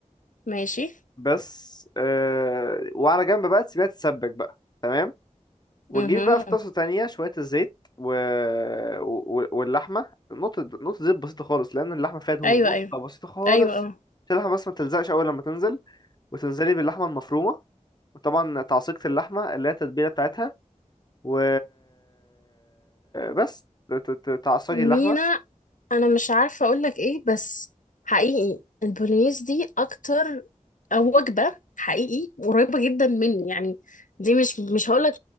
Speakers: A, on the left; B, on the left.
A: ماشي
B: بس آه... وعلى جنب بقى تسيبها تتسبك بقى تمام وتجيبي
A: اها
B: بقى في طاسه تانية شويه الزيت و... و... واللحمه نقطه نقطه زيت بسيطه خالص لان اللحمه فيها دهون
A: ايوه
B: نقطه
A: ايوه
B: بسيطه خالص
A: ايوه اه
B: عشان اللحمه بس ما تلزقش اول لما تنزل وتنزلي باللحمه المفرومه وطبعا تعصيقة اللحمه اللي هي التتبيله بتاعتها و بس ت- ت- ت- تعصجي
A: مينا
B: اللحمه
A: انا مش عارفه اقول لك ايه بس حقيقي البولينيز دي اكتر أو وجبه حقيقي قريبه جدا مني يعني دي مش مش هقول لك